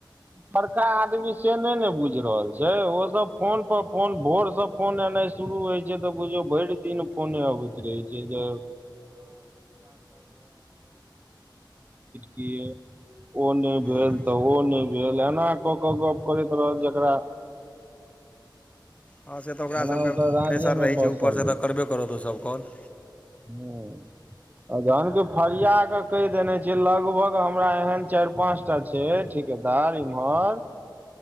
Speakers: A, on the right; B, on the left.
A: बड़का आदमी से नइ ने बुइझ रहल छै, ओसभ फोन पर फोन, भोरसँ फोन एनाइ शुरू होइ छै तऽ बुझियौ भैर दिन फोने अबैत रहै छै, जाउ। <unintelligible> ओ नइ
B: ह्म
A: भेल तऽ ओ नइ भेल, एना कऽ के गप करैत रहैत जेकरा।
B: हँ, से तऽ ओकरा
A: जेना
B: सभके
A: ओकर राज्ये
B: प्रेसर
A: मे
B: रहै
A: बसल
B: छै ऊपर से, तऽ करबे करत ओ सभ कॉल।
A: हूॅं, आ जहन की फड़िया कऽ। कैह देने छीयै, लगभग हमरा एहन चाइर-पाँंच टा छै ठिकेदार इम्हर